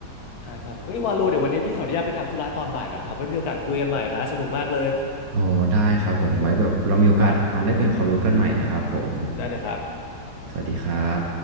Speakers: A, on the left; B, on the right.
A: ใช่ครับเฮ้ยวาโลเดี๋ยววันนี้พี่ขออนุญาตไปทำธุระตอนบ่ายก่อนนะครับไว้มีโอกาสคุยกันใหม่นะสนุกมากเลย
B: อ๋อได้ครับผมไว้แบบเรามีโอกาสมาแลกเปลี่ยนความรู้กันใหม่นะครับผม
A: ครับได้เลยครับ
B: สวัสดีครับ